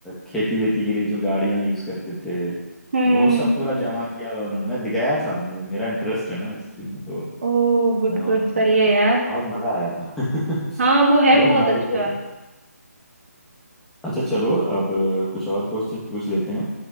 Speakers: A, in the centre; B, on the right.
A: खेती वेती के लिए जो गाड़ियां यूज करते थे
B: हम्म
A: वो सब पूरा जमा किया हुआ उन्होंने मैं गया था मुझे मेरा इंटरेस्ट है ना हिस्ट्री में तो
B: ओ गुड
A: मैं वहाँ
B: गुड
A: गया
B: सही
A: था
B: है यार
A: बहुत मजा आया था <laughs>
B: हाँ वो है
A: बहुत
B: बहुत
A: नॉलेज
B: अच्छा
A: था अच्छा चलो अब अ, कुछ और क्वेश्चन पूछ लेते हैं